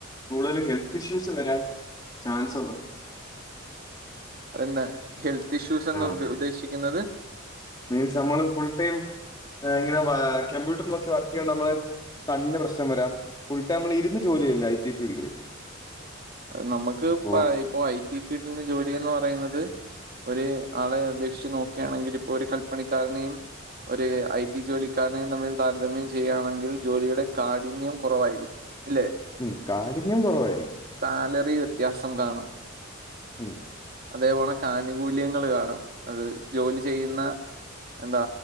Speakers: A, on the left (about 20°); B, on the right (about 50°).
A: കൂടുതൽ ഹെൽത്ത് ഇഷ്യൂസ് വരാൻ ചാൻസുണ്ട്
B: അത് എന്നാ ഹെൽത്ത് ഇഷ്യൂസ് എന്ന്
A: ആഹ്.
B: ഉദ്ദേശിക്കുന്നത്
A: മീൻസ് നമ്മള് ഫുൾ ടൈം ങ്ങനെ കമ്പ്യൂട്ടർ നോക്കി വർക്ക്യ്യേണ്ടേ മ്മള് കണ്ണിന് പ്രശ്നം വരാം ഫുൾടൈം മ്മള് ഇരുന്ന് ജോലിയെല്ലേ ഐ ടി ഫീൽഡില്
B: അത് നമ്മക്ക്
A: അപ്പോ
B: ഇപ്പൊ ഇപ്പൊ ഐ ടി ഫീൽഡിന്റെ ജോലിന്ന് പറയുന്നത് ഒര് ആളെ അപേക്ഷിച്ച് നോക്കാ ണെങ്കില് ഇപ്പൊ ഒരു കൽപ്പണിക്കാരനെയും ഒരു ഐ ടി ജോലിക്കാരനെയും തമ്മിൽ താരതമ്യം ചെയ്യാണെങ്കിൽ ജോലിയുടെ കാഠിന്യം കൊറവായിരിക്കും ഇല്ലേ
A: ഉം കാഠിന്യം കൊറവായിരിക്കും
B: സാലറി വ്യത്യാസം കാണും
A: ഉം
B: അതേപോണ കാനുകൂല്യങ്ങള് കാണും അത് ജോലി ചെയ്യുന്ന എന്താ